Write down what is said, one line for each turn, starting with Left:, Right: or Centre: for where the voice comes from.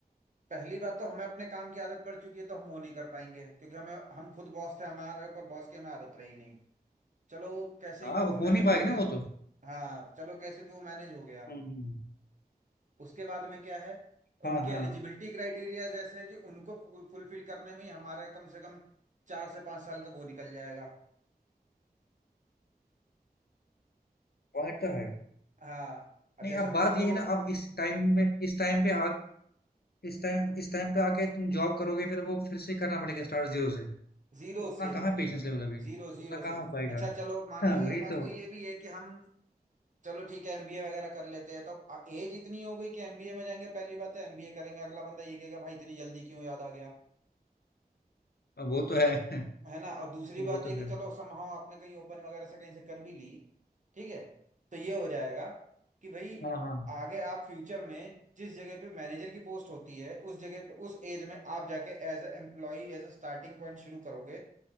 Right: पहली बात तो हमें अपने काम की आदत पड़ चुकी है तो हम वो नहीं कर पाएंगे क्योंकि हमें हम खुद बॉस थे हमारे ऊपर बॉस की हमें आदत रही नहीं चलो कैसे
Left: हाँ
Right: ही वो
Left: वो
Right: भी
Left: हो
Right: मैनेज
Left: नहीं पाएगा
Right: हो गया
Left: ना वो तो
Right: हाँ चलो कैसे भी वो मैनेज हो गया
Left: हम्म हम्म,
Right: उसके बाद में क्या है उनकी
Left: हाँ हाँ
Right: एलिजिबिलिटी क्राइटेरिया जैसे है कि उनको फुलफिल करने में ही हमारा कम से कम चार से पाँच साल का वो निकल जाएगा
Left: पॉइंट तो है
Right: हाँ अब
Left: नहीं
Right: जैसे
Left: अब
Right: मान
Left: बात ये
Right: लो
Left: है ना अब इस टाइम में इस टाइम पे इस टाइम इस टाइम पे आके तुम जॉब करोगे फिर वो फिर से करना पड़ेगा स्टार्ट जीरो से
Right: जीरो
Left: उतना
Right: से
Left: कहाँ पेशेंस लेवल अभी
Right: जीरो जीरो
Left: उतना
Right: से
Left: कहाँ हो पाएगा
Right: अच्छा चलो मान
Left: हाँ
Right: लो एक
Left: वही
Right: बात
Left: तो
Right: को ये भी है कि हम चलो ठीक है एमबीए वगैरह कर लेते हैं तो अब एज इतनी हो गई कि एमबीए में जाएंगे पहली बात है एमबीए करेंगे अगला बंदा ये कहेगा भाई इतनी जल्दी क्यों याद आ गया
Left: अब वो तो है <laughs>
Right: है ना और दूसरी
Left: वो
Right: बात ये
Left: तो
Right: कि
Left: है
Right: चलो समहाउ आपने कहीं ओपन वगैरह से कहीं से कर भी ली ठीक है तो ये हो जाएगा कि भाई
Left: हाँ हाँ
Right: आगे आप फ्यूचर में जिस जगह पे मैनेजर की पोस्ट होती है उस जगह पे उस एज में आप जाके as a employee as a starting point शुरू करोगे